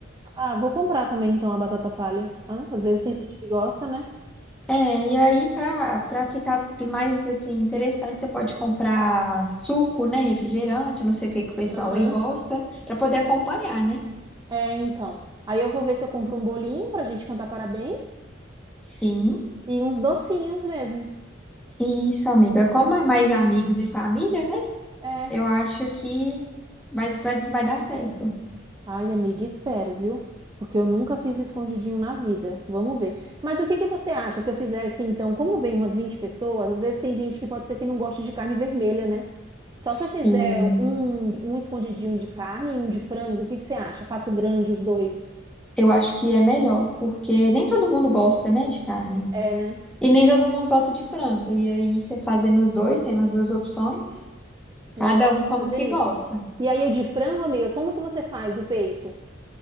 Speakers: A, on the right; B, in the centre.
A: Ah, vou comprar também então a batata palha. Ah, às vezes tem gente que gosta, né?
B: É, e aí para para ficar mais assim interessante, você pode comprar suco, né, refrigerante, não sei o que que o pessoal
A: Aham.
B: aí gosta, para poder acompanhar, né?
A: É, então. Aí eu vou ver se eu compro um bolinho pra gente cantar parabéns
B: Sim.
A: e uns docinhos mesmo.
B: Isso, amiga. Como é mais amigos e família, né?
A: É.
B: Eu acho que vai, vai, vai dar certo.
A: Ai, amiga, espero, viu? Porque eu nunca fiz escondidinho na vida. Vamos ver. Mas o que que você acha se eu fizesse então? Como vem umas 20 pessoas, às vezes tem gente que pode ser que não goste de carne vermelha, né? Só
B: Sim.
A: se eu fizer um, um escondidinho de carne e um de frango, o que que você acha? Faço grande os dois.
B: Eu acho que é melhor, porque nem todo mundo gosta, né, de carne.
A: É, né?
B: E nem todo mundo gosta de frango. E aí você fazendo os dois, tendo as duas opções,
A: É,
B: cada
A: eu acho
B: um
A: que
B: como
A: eu vou fazer
B: que
A: isso.
B: gosta.
A: E aí, o de frango, amiga, como que você faz o peito?